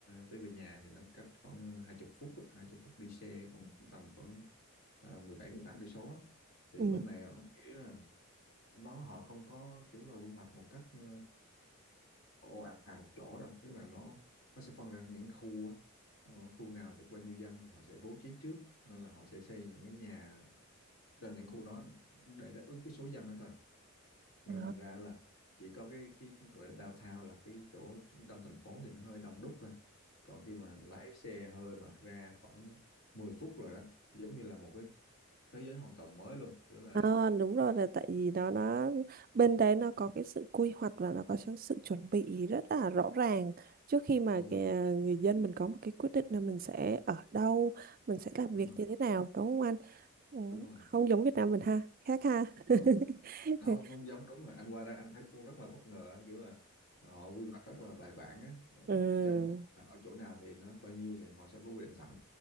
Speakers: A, on the left (about 70°); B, on the right (about 40°).
A: tới về nhà thì nó cách khoảng hai chục phút á, hai chục phút đi xe còn tầm khoảng ờ, mười bảy mười tám cây số á. thì
B: Ừ.
A: bên này ờ, kiểu là nó họ không có kiểu là quy hoạch một cách ờ, ồ ạt một chỗ đâu tức là nó nó sẽ phân ra những khu á. Ờ, khu nào thì có bao nhiêu dân thì họ sẽ bố trí trước nên là họ sẽ xây những cái nhà cho những khu đó để đáp ứng cái số dân đó thôi nên
B: Đó.
A: thành ra là chỉ có cái cái, cái gọi là downtown là cái chỗ trung tâm thành phố thì nó hơi đông đúc thôi còn khi mà lái xe hơi mà ra khoảng 10 phút rồi đó thì giống như là một cái thế giới hoàn toàn mới luôn kiểu là
B: À, đúng rồi là tại vì nó nó bên đấy nó có cái sự quy hoạch và nó có sự sự chuẩn bị rất là rõ ràng trước khi mà
A: đúng
B: cái,
A: rồi
B: ờ, người dân mình có một cái quyết định là mình sẽ ở đâu, mình sẽ làm
A: đúng
B: việc
A: rồi
B: như thế nào đúng không anh? Ừ,
A: đúng rồi
B: không giống Việt Nam mình ha khác ha
A: Ờ.
B: <laughs>
A: không không giống đúng rồi anh qua đây anh thấy cũng rất là bất ngờ kiểu là họ quy hoạch rất là bài bản á Ờ,
B: ừ.
A: dân số là ở chỗ nào thì nó bao nhiêu thì họ sẽ có quy định sẵn